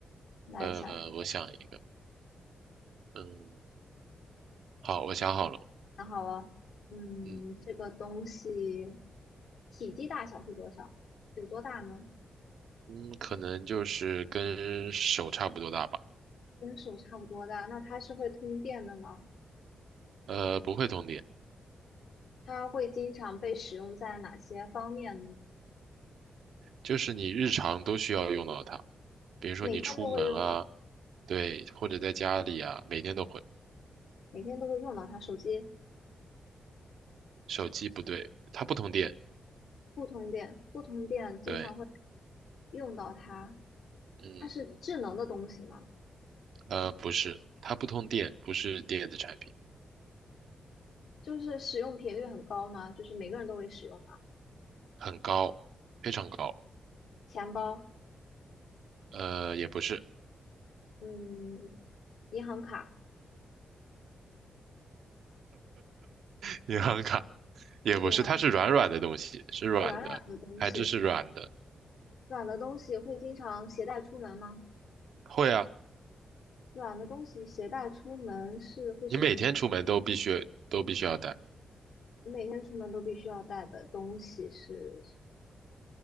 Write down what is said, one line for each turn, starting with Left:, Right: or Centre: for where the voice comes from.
Left: 来想一个。
Right: 呃，我想一个，嗯，好，我想好了，
Left: 想好了，嗯，
Right: 嗯
Left: 这个东西体积大小是多少？有多大呢？
Right: 嗯，可能就是跟手差不多大吧，
Left: 跟手差不多大，那它是会通电的吗？
Right: 呃，不会通电。
Left: 它会经常被使用在哪些方面呢？
Right: 就是你日常都需要用到它，比如说你出门啊，
Left: 每天都会用吗？
Right: 对，或者在家里啊，每天都会。
Left: 每天都会用到它。手机
Right: 手机不对，它不通电，
Left: 不通电，不通电经常会
Right: 对，
Left: 用到它。
Right: 嗯，
Left: 它是智能的东西吗？
Right: 呃，不是，它不通电，不是电子产品，
Left: 就是使用频率很高吗？就是每个人都会使用吗？
Right: 很高，非常高，
Left: 钱包，
Right: 呃，也不是
Left: 嗯，银行卡
Right: <laughs> 银行卡，也不是，
Left: 是银行
Right: 它是软软的东西，是软的，
Left: 软软的东西，
Right: 材质是软的。
Left: 软的东西会经常携带出门吗？
Right: 会啊，
Left: 软的东西携带出门是会是什么？
Right: 你每天出门都必须都必须要带，
Left: 我每天出门都必须要带的东西是什么，